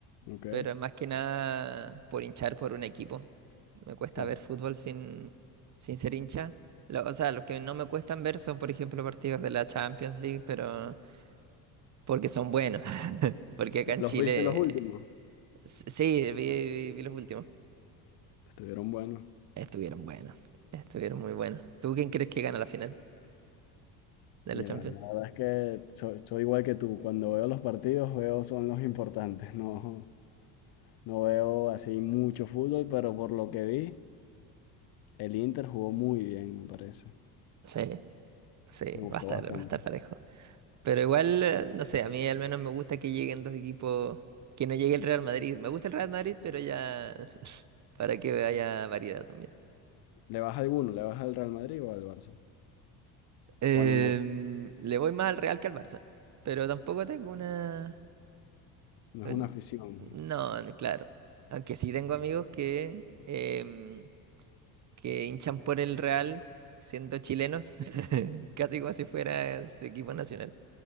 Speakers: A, on the left; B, on the right.
A: Ok,
B: pero es más que nada por hinchar por un equipo. Me cuesta
A: claro.
B: ver fútbol sin, sin ser hincha. Lo- o sea, los que no me cuestan ver son, por ejemplo, partidos de la Champions League, pero porque son buenos. <laughs> Porque acá
A: ¿Lo-
B: en
A: ¿Los
B: Chile,
A: viste los últimos?
B: s- sí, vi, vi- vi los últimos.
A: Estuvieron buenos.
B: Estuvieron buenos, estuvieron muy buenos. ¿Tú quién crees que gana la final de
A: Mira,
B: la Champions?
A: la verdad es que so- soy igual que tú. Cuando veo los partidos, veo son los importantes, <laughs> no, No veo así mucho fútbol, pero por lo que vi, el Inter jugó muy bien, me parece.
B: Sí, sí,
A: Me gustó
B: va a estar,
A: bastante.
B: va a estar parejo. Pero igual, eh, no sé, a mí al menos me gusta que lleguen dos equipos, que no llegue el Real Madrid. Me gusta el Real Madrid, pero ya <laughs> para que haya variedad también.
A: ¿Le vas a alguno? ¿Le vas al Real Madrid o al Barça?
B: Em,
A: ¿O a ninguno?
B: le voy más al Real que al Barça, pero tampoco tengo una...
A: No
B: eh,
A: es una afición.
B: No, no, claro. Aunque sí tengo amigos que, em, que hinchan por el Real siendo chilenos, <laughs> casi como si fuera su equipo nacional.